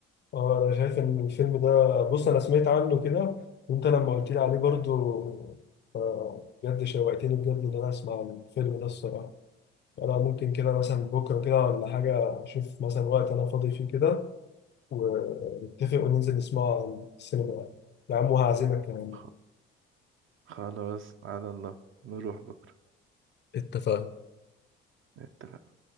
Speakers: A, on the left; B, on the right.
A: اه انا شايف ان الفيلم ده بص انا سمعت عنه كده وانت لما قلت لي عليه برضو آه، بجد شوقتني بجد ان انا اسمع الفيلم ده الصراحه انا ممكن كده مثلا بكره كده ولا حاجه اشوف مثلا وقت انا فاضي فيه كده ونتفق وننزل نسمعه على السينما يا عم وهعزمك كمان
B: خ- خلاص على الله نروح بكره
A: اتفقنا
B: اتفقنا